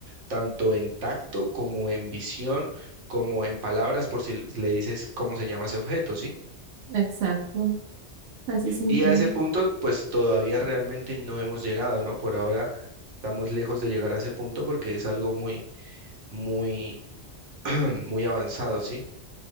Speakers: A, on the right; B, on the right.
A: tanto en tacto como en visión, como en palabras, por si le dices cómo se llama ese objeto, ¿sí?
B: Exacto. Así se entiende.
A: Y a ese punto, pues todavía realmente no hemos llegado, ¿no? Por ahora estamos lejos de llegar a ese punto porque es algo muy, muy, <clears throat> muy avanzado, ¿sí?